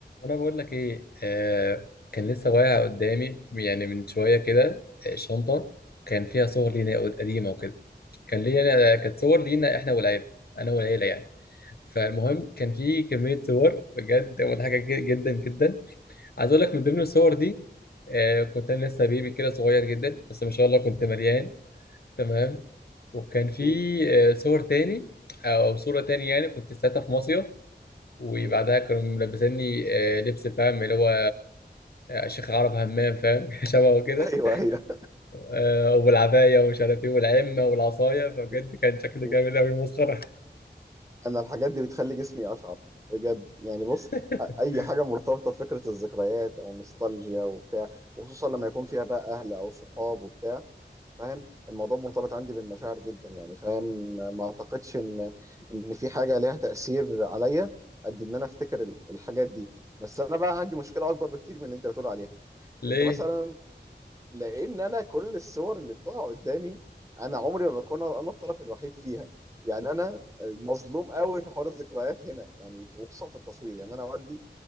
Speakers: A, on the left; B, on the right.
A: انا بقول لك ايه آه كان لسه واقع قدامي يعني من شويه كده آه، شنطه كان فيها صور لينا قديمه وكده كان لينا كانت صور لينا احنا والعيله انا والعيله يعني فالمهم كان في كميه صور بجد مضحكه ج- جدا جدا عايز اقول لك من ضمن الصور دي آه كنت انا لسه بيبي كده صغير جدا بس ما شاء الله كنت مليان تمام وكان في
B: مم.
A: آه صور تاني او صوره تاني يعني كنت ساعتها في مصيف وبعدها كانوا ملبسيني آه، لبس فاهم اللي هو شيخ عرب همام فاهم <laughs> شبهه كده
B: ايوه ايوه
A: آه، والعباية ومش عارف ايه والعمة والعصاية
B: <laughs>
A: فبجد كان شكله
B: مم.
A: جامد أوي مسخرة
B: انا الحاجات دي بتخلي جسمي اشعر بجد يعني بص
A: <laughs>
B: أ- اي حاجه مرتبطه بفكره الذكريات او النوستالجيا وبتاع وخصوصا لما يكون فيها بقى اهل او صحاب وبتاع فاهم الموضوع مرتبط عندي بالمشاعر جدا يعني فاهم ما اعتقدش ان ان في حاجه ليها تاثير عليا قد ان انا افتكر ال- الحاجات دي بس انا بقى عندي مشكله اكبر بكتير من اللي انت بتقول عليها
A: ليه؟
B: انت مثلا لان انا كل الصور اللي بتقع قدامي انا عمري ما بكون انا الطرف الوحيد فيها يعني انا مظلوم قوي في حوار الذكريات هنا يعني في- وخصوصا في التصوير يعني انا والدي